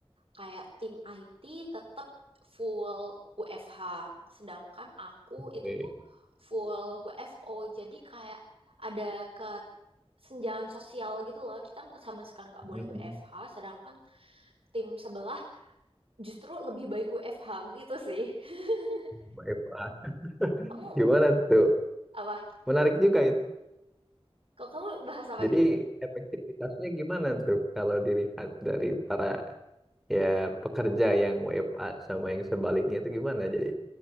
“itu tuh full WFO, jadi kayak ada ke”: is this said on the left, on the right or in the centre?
Right